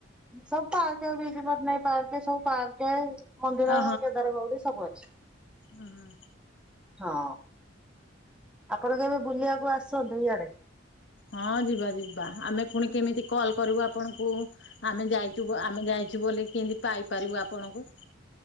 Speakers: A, in the centre; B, on the left.
A: ସବୁ ପାର୍କ ବିଜୁ ପଟ୍ଟନାୟକ ପାର୍କ ସବୁ ପାର୍କେ ମନ୍ଦିର
B: ଆ
A: କେଦାର ଗୌରୀ ସବୁ ଅଛି।
B: ହଁ ହ।
A: ହଁ। ଆପଣ କେବେ ବୁଲିବାକୁ ଆସୁଛନ୍ତି ଇଆଡେ?
B: ହଁ ଯିବା ଯିବା ଆମେ ପୁଣି କେମିତି କଲ କରିବୁ ଆପଣଙ୍କୁ? ଆମେ ଯାଇଛୁ ଆମେ ଯାଇଛୁ ବୋଲି କେମିତି ପାଇପାରିବୁ ଆପଣଙ୍କୁ?